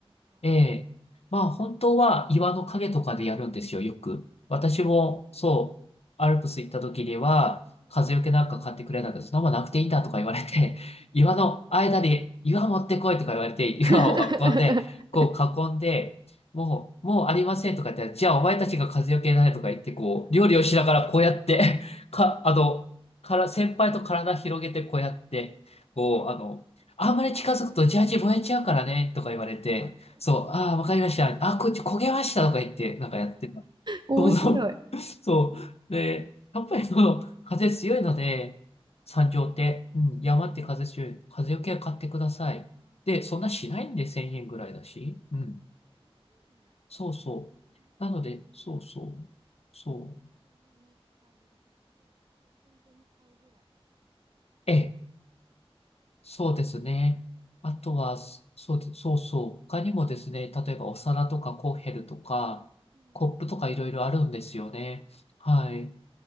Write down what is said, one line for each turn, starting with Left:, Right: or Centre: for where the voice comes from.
Left: ええ。まあ本当は岩の陰とかでやるんですよ、よく。私もそう、アルプス行った時には、風よけなんか買ってくれたけど、そんなもんなくていいんだとか言われて、<laughs> 岩の間で岩持ってこいとか言われて、岩を運んで、
Right: <laughs>
Left: こう囲んで、もう、もうありませんとか言って、じゃあお前たちが風よけないとか言って、こう、料理をしながらこうやって、<laughs> か、あの、から、先輩と体広げてこうやって、こう、あの、あんまり近づくとジャージ燃えちゃうからね、とか言われて、そう、ああ、わかりました。あー、こっち焦げましたとか言って、なんかやってた。
Right: 面白い。
Left: そうそう。<laughs> そう。で、やっぱりその、風強いので、山頂って、うん、山って風強い。風よけは買ってください。で、そんなしないんで、1000円ぐらいだし。うん。そうそう。なので、そうそう。そう。ええ、そうですね。あとは、そそうでそうそう。他にもですね、例えばお皿とかコッヘルとか、コップとかいろいろあるんですよね。はい。